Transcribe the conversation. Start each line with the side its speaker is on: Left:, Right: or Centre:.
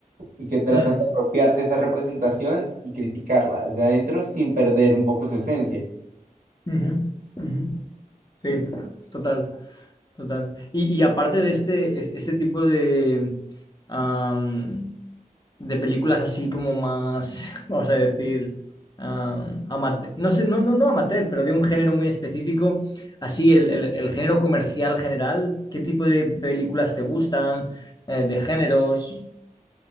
Right: y que tratan
Left: mm.
Right: de apropiarse de esa representación y criticarla desde adentro sin perder un poco su esencia.
Left: Ujú, ujú. Sí, total, total. Y, y aparte de este, es- este tipo de, am, de películas así como más, <laughs> vamos a decir, am, amate- no sé, no, no, no amateur, pero de un género muy específico, así el, el- el género comercial general, ¿qué tipo de películas te gustan? Eh, de géneros.